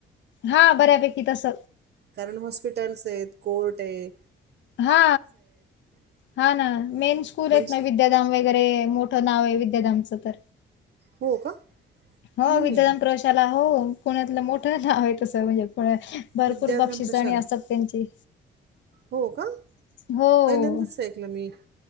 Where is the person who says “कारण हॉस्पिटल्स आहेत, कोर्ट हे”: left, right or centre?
Right